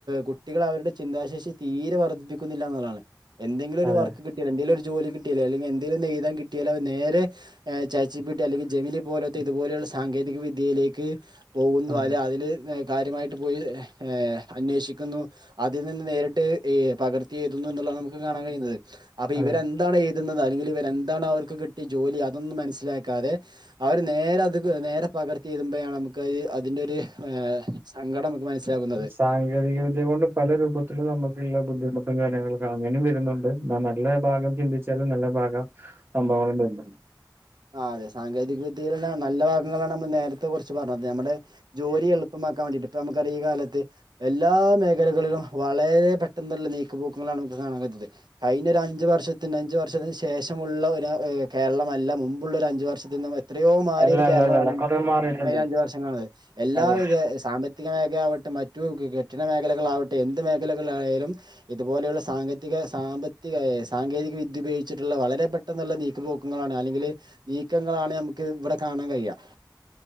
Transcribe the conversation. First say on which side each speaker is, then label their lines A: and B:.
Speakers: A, on the right; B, on the right.
A: കുട്ടികൾ അവരുടെ ചിന്താശേഷി തീരെ വർദ്ധിപ്പി കുന്നില്ലാന്നുള്ളാണ് എന്തെങ്കിലും ഒരു
B: അതെ
A: വർക്ക് കിട്ട്യാല് എന്തേലൊര് ജോലികിട്ട്യാല് അല്ലങ്ങി എന്തേലൊന്ന് എഴ്താൻ കിട്ടിയാലത് നേരെ ഏഹ് ചാച്ചി ബീട്ടി അല്ലെങ്കിൽ ജെമിനി പോലോത്തെ ഇത്പോലെയുള്ള സാങ്കേതിക വിദ്യയിലേക്ക് പോവുന്നു
B: അതെ
A: അലെ അതില് കാര്യമായിട്ട് പോയി ഏഹ് അന്വേഷിക്ക്ന്നു അതിൽ നിന്ന് നേരിട്ട് ഏഹ് പകർത്തിയേതുന്നു ന്നുള്ളതാംമുക്ക് കാണാൻ കഴിയുന്നത് അപ
B: അതെ
A: ഇവരെന്താണ് ഏതുന്നത് അല്ലെങ്കിൽ ഇവരെന്താണ് അവർക്ക് കിട്ടിയ ജോലി അതൊന്നും മനസ്സിലാക്കാതെ അവര് നേരെ അത്ക് നേരെപകർത്തി ഏതുമ്പയാണ് അമുക്ക് അയീ അതിൻ്റൊര് സങ്കടം മനസ്സിലാകുന്നത്
B: സാങ്കേതിക വിദ്യ കൊണ്ടും പല രൂപത്തിലും നമ്ക്ള്ളെ ബുദ്ധിമുട്ടും കാര്യങ്ങളൊക്കെ അങ്ങനിംവരുന്നുണ്ട് ന്ന നല്ല ഭാഗം ചിന്തിച്ച് ചെല നല്ല ഭാഗം സംഭവങ്ങള്ണ്ട് എല്ലാം
A: ആഹ് അതെ സാങ്കേതിക വിദ്യയില്ള്ള നല്ല ഭാഗങ്ങളാണ് നമ്മൾ നേരത്തെ കൊർച്ച് പർഞ്ഞത് യമ്മടെ ജോലിയെൾ പമ്മാക്കാൻ വേണ്ടിട്ട് ഇപ്പ അമ്മക്കാറിയ ഈ കാലത്ത് എല്ലാ മേഖലകളിലും വളരെ പെട്ടെന്ന്ള്ള നീക്ക് പോക്കുങ്ങളാണ് നംക്ക് കാണാകജ്ദ് അയിഞ്ഞൊര അഞ്ചു വർഷത്തിന് അഞ്ചു വർഷത്തിന് ശേഷമുള്ള ഒരാ കേരളമല്ല മും ഫുള്ള് ഒരഅഞ്ചു വർഷതിന്റെ മേൽ എത്രയോ മാറിയൊര്
B: അല്ല അല്ല
A: കേരളമാണ്
B: അല്ലല്ല
A: നമുക്ക്
B: കൊറേ മാറിയിട്ടുണ്ട്
A: കയ്ഞ അഞ്ച് വർഷങ്ങൾള്ളത് എല്ലാ
B: അതെ
A: വിധ സാമ്പ ത്തിക മേഖലാവട്ടെ മറ്റു ഗെകെട്ടിട മേഖലകളാവട്ടെ എന്ത് മേഖലകൾലാണേലും ഇതുപോലെയുള്ള സാങ്കേത്തിക സാമ്പത്തിക സാങ്കേതിക വിദ്യ ഉപയോഗിച്ട്ട്ള്ള വളരെ പ പെട്ടെന്നുള്ള നീക്കപോക്ക്ങ്ങളാണ് അല്ലെങ്കില് നീക്കങ്ങളാണ് നമുക്ക് ഇവിടെ കാണാൻ കഴിയാ